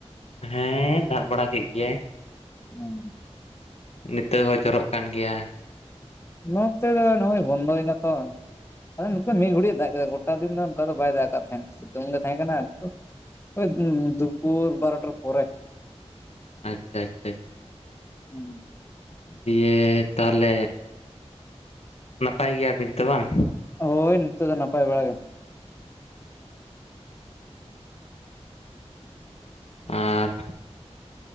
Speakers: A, on the left; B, on the left.
A: ᱦᱮᱸ ᱫᱟᱜ ᱵᱟᱲᱟ ᱠᱮ ᱜᱮᱭᱟᱭ᱾
B: ᱦᱩᱸᱼ
A: ᱱᱤᱛᱚᱜ ᱦᱚᱸ ᱡᱚᱨᱚᱜ ᱠᱟᱱ ᱜᱤᱭᱟ᱾
B: ᱱᱚᱛᱮ ᱫᱚ ᱱᱚᱜᱼᱚᱭ ᱵᱚᱱᱫᱚ ᱱᱟ ᱛᱚ ᱟᱫᱚ ᱱᱚᱛᱮ ᱢᱤᱫ ᱜᱷᱩᱲᱤᱡ ᱫᱟᱜ ᱠᱮᱛᱟ ᱜᱚᱴᱼᱼ ᱜᱚᱴᱟ ᱫᱤᱱ ᱫᱚ ᱱᱚᱱᱠᱟ ᱫᱚ ᱵᱟᱭ ᱫᱟᱜ ᱠᱟᱜ ᱛᱟᱦᱮᱸᱫ ᱥᱤᱛᱩᱝ ᱜᱮ ᱛᱟᱦᱮᱸ ᱠᱟᱱᱟ ᱱᱤᱛᱚᱜᱼᱼᱼ ᱦᱚᱭ ᱫᱩᱯᱚᱨ ᱵᱟᱨᱚᱴᱟᱨ ᱯᱚᱨᱮ᱾
A: ᱟᱪᱪᱷᱟ ᱟᱪᱪᱷᱟ ᱟᱪᱪᱷᱟ
B: ᱦᱩᱸ ᱻ
A: ᱤᱭᱟᱹ ᱛᱟᱦᱚᱞᱮᱼᱼᱼ ᱱᱟᱯᱟᱭ ᱜᱤᱭᱟ ᱵᱤᱱ ᱛᱟᱹ ᱵᱟᱝ᱾
B: ᱦᱚᱭ ᱱᱤᱛᱚ ᱫᱚ ᱱᱟᱯᱟᱭ ᱵᱟᱲᱟ ᱜᱮ᱾
A: ᱟᱨ